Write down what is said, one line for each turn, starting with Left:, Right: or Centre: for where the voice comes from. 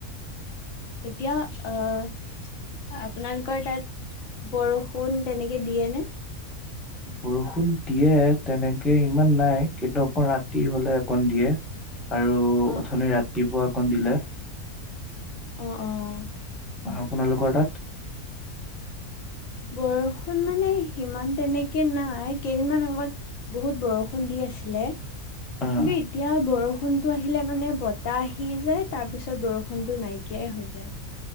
Left: এতিয়া আঁ আপোনালোকৰ তাত বৰষুণ তেনেকে দিয়ে নে?
Centre: বৰষুণ দিয়ে, তেনেকে ইমান নাই। কিন্তু, অকণ ৰাতি হ'লে অকণ দিয়ে। আৰু
Left: অ
Centre: ওথনি ৰাতিপুৱা অকণ দিলে।
Left: অ'! অ'!
Centre: আপোনালোকৰ তাত
Left: বৰষুণ মানে, সিমান তেনেকে নাই। কেইদিনমান আগত বহুত বৰষুণ দিয়ে আছিলে। কিন্তু
Centre: অ',
Left: এতিয়া বৰষুণতো আহিলে মানে বতাহ আহিয়ে যায় তাৰ পিছত বৰষুনটো নাইকিয়াই হৈ যায়।